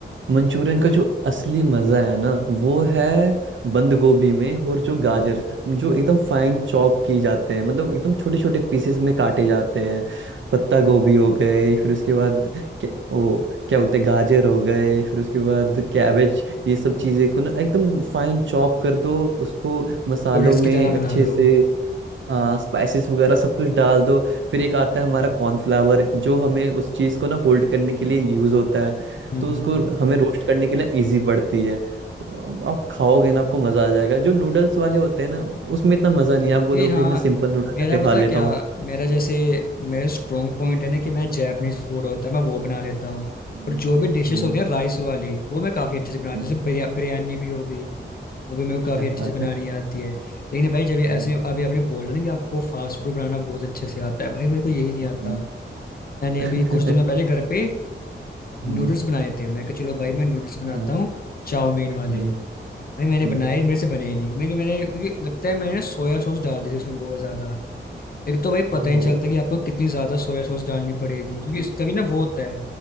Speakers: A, on the right (about 85°); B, on the left (about 50°).
A: मंचूरियन का जो असली मजा है ना वो है बंद गोभी में और जो गाजर जो एकदम फाइन चॉप की जाते हैं मतलब एकदम छोटे छोटे पीसेस में काटे जाते हैं पत्ता गोभी हो गए फिर उसके बाद क्या वो क्या बोलते हैं गाजर हो गए फिर उसके बाद कैबेज ये सब चीज़ें को ना एकदम फाइन चॉप कर दो उसको मसालों
B: नूडल्स की
A: में
B: तरह
A: अच्छे
B: बना
A: से
B: दो
A: हाँ स्पाइसेस वगैरह सब कुछ डाल दो फिर एक आता है हमारा कॉर्नफ्लावर जो हमें उस चीज़ को ना होल्ड करने के लिए यूज़ होता है
B: हम्म
A: तो उसको
B: हम्म।
A: हमें रोस्ट करने के लिए इजी पड़ती है आप खाओगे ना आपको मज़ा आ जाएगा जो नूडल्स वाले होते हैं ना उसमें इतना मज़ा नहीं है। आप बोलोगे
B: ये हाँ
A: मैं सिंपल नूडल
B: मेरा
A: जाके
B: पता
A: खा लेता
B: क्या
A: हूँ
B: मेरा जैसे मेरा स्ट्रॉन्ग पॉइंट है ना कि मैं जैपनीज फूड होता है मैं वो बना लेता हूँ
A: हम्म,
B: और जो भी डिशेस
A: हम्म,
B: होती हैं राइस वाली वो मैं काफ़ी अच्छे से
A: हम्म,
B: बनाता हूँ जैसे बिरया, बिरयानी भी हो गई वो भी मेरे को
A: क्या
B: काफ़ी अच्छे
A: बात
B: से बनानी
A: है
B: आती है लेकिन भाई जब ये
A: हम्म,
B: ऐसे अभी आपने बोला ना कि आपको फास्ट फूड बनाना बहुत अच्छे से आता है भाई मेरे को यही नहीं
A: हम्म,
B: आता मैंने
A: <laughs>
B: अभी कुछ दिनों पहले घर पे
A: हम्म,
B: नूडल्स बनाए थे मैं कहा चलो भाई मैं नूडल्स बनाता
A: हाँ,
B: हूँ चाउमीन वाले
A: हम्म,
B: भाई मैंने
A: हम्म,
B: बनाए मेरे से बने ही नहीं मैं कि मैंने क्योंकि लगता है मैंने सोया सॉस डाल दी थी उसमें बहुत ज़्यादा एक तो भाई पता
A: ओहो
B: ही नहीं चलता कि आपको कितनी ज़्यादा सोया सॉस डालनी पड़ेगी क्योंकि इसका भी ना वो होता है